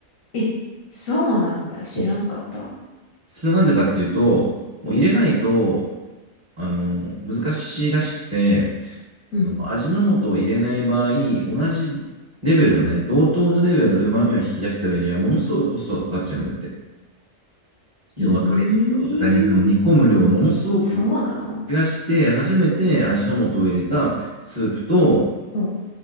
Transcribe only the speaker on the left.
え、そうなんだ。知らんかった。
うん。
ええそうなの
お、